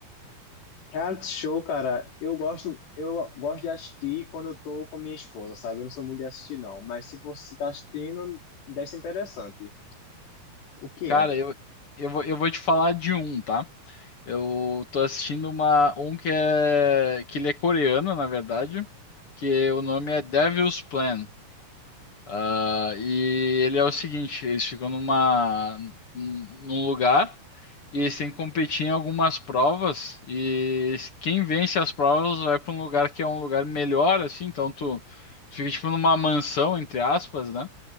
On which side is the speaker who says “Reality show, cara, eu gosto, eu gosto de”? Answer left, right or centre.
Left